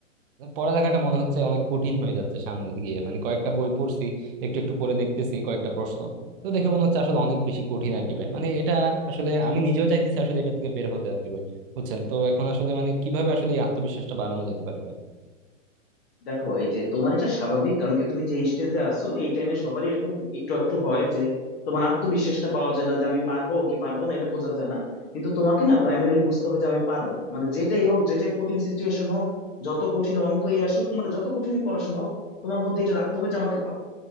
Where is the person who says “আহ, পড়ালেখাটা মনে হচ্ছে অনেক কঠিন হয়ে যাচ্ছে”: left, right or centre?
Right